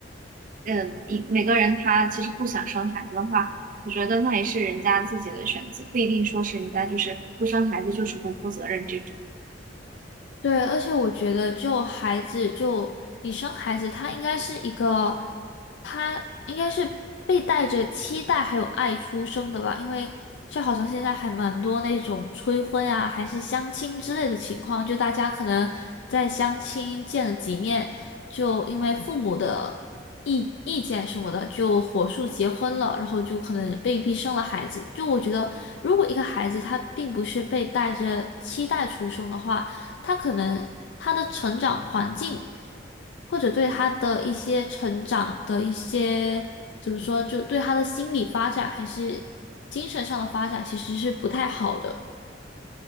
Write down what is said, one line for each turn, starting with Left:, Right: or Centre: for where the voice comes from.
Right: 嗯，一每个人他其实不想生孩子的话，我觉得那也是人家自己的选择，不一定说是人家就是不生孩子就是不负责任这种。
Left: 对，而且我觉得，就孩子，就你生孩子，他应该是一个，他应该是被带着期待还有爱出生的吧？因为就好像现在还蛮多那种催婚啊，还是相亲之类的情况，就大家可能在相亲见了几面，就因为父母的意意见什么的，就火速结婚了，然后就可能被逼生了孩子。就我觉得，如果一个孩子他并不是被带着期待出生的话，他可能他的成长环境，或者对他的一些成长的一些，怎么说，就对他的心理发展还是精神上的发展，其实是不太好的。